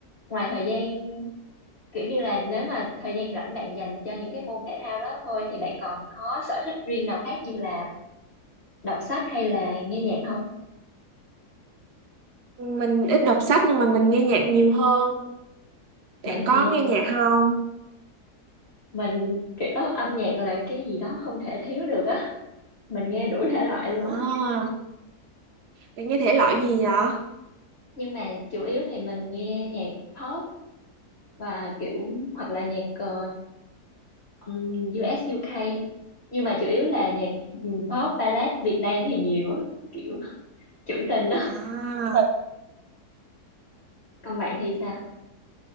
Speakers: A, on the left; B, on the right.
A: ngoài thời gian kiểu như là nếu mà thời gian rảnh bạn dành cho những cái môn thể thao đó thôi thì bạn còn có sở thích riêng nào khác như là đọc sách hay là nghe nhạc không
B: mình ít đọc sách nhưng mà mình nghe nhạc nhiều hơn
A: bạn
B: bạn có
A: thì
B: nghe nhạc không
A: mình kiểu âm nhạc là cái gì đó không thể thiếu được á mình nghe đủ thể loại
B: À,
A: luôn á
B: bạn nghe thể loại gì vậy?
A: nhưng mà chủ yếu thì mình nghe nhạc pop và kiểu hoặc là nhạc ờ, ừm, US UK nhưng mà chủ yếu là nhạc ừm, pop ballad Việt Nam thì nhiều á kiểu trữ tình á
B: À,
A: còn bạn thì sao